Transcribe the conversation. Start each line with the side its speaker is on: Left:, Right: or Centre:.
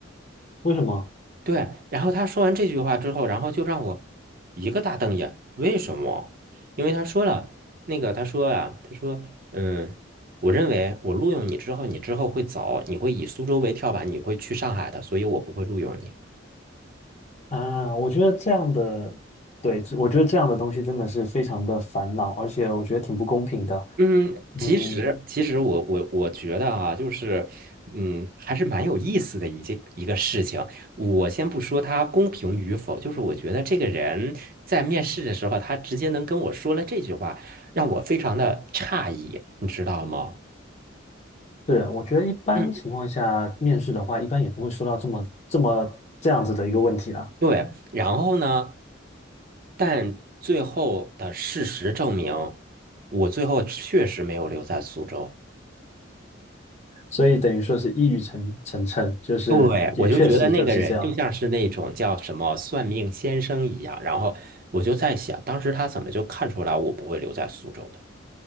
Left: 为什么
Right: 对，然后他说完这句话之后，然后就让我一个大瞪眼。为什么？因为他说了那个，他说呀、他说，嗯，我认为我录用你之后，你之后会走，你会以苏州为跳板，你会去上海的，所以我不会录用你。
Left: 啊？我觉得这样的，对，我觉得这样的东西真的是非常的烦恼，而且我觉得挺不公平的。
Right: 嗯，
Left: 嗯，
Right: 其实其实我我我觉得啊，就是嗯，还是蛮有意思的一件一个事情。我先不说他公平与否，就是我觉得这个人在面试的时候，他直接能跟我说了这句话，让我非常的诧异，你知道吗？
Left: 是，我觉得一般情况下面试的话，
Right: 嗯，
Left: 一般也不会说到这么这么这样子的一个问题啦。
Right: 对。然后呢，但最后的事实证明，我最后确实没有留在苏州。
Left: 所以等于说是一语成成谶，就是也确实就是这样。
Right: 对，我就觉得那个人就像是那种叫什么算命先生一样，然后我就在想，当时他怎么就看出来我不会留在苏州的？